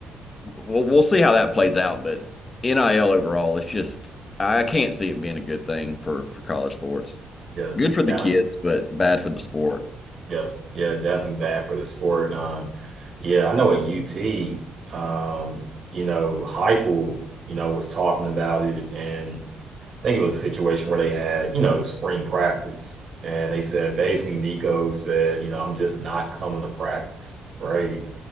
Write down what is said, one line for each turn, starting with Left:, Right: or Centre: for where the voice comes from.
Left: we'll we'll see how that plays out, but NIL overall, it's just I can't see it being a good thing for for college sports.
Right: Yeah,
Left: Good for the
Right: yeah,
Left: kids, but bad for the sport.
Right: yeah, yeah, definitely bad for the sport. Um, yeah, I know at UT, um, you know, Heupel, you know, was talking about it, and I think it was a situation where they had, you know, spring practice, and they said basically Nico said, you know, I'm just not coming to practice right?